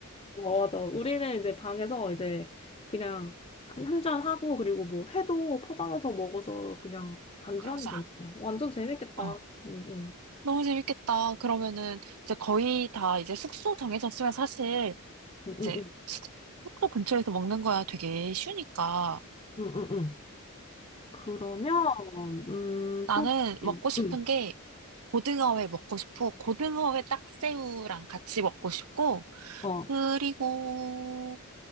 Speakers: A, on the left; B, on the right.
A: 어, 맞아. 우리는 이제 방에서 이제 그냥 한, 한 잔 하고 그리고 뭐 회도 포장해서 먹어서 그냥 반주하면
B: 그러자.
A: 되니까. 완전 재밌겠다.
B: 어.
A: 응, 응,
B: 너무 재밌겠다. 그러면은 이제 거의 다 이제 숙소 정해졌으면 사실
A: 응,
B: 이제
A: 응, 응,
B: 숙- 숙소 근처에서 먹는 거야 되게 쉬우니까.
A: 응, 응. 응. 그러면, 음,
B: 나는
A: 또,
B: 먹고 싶은
A: 응,
B: 게 고등어회 먹고 싶어. 고등어회 딱새우랑 같이 먹고 싶고,
A: 어,
B: 그리고,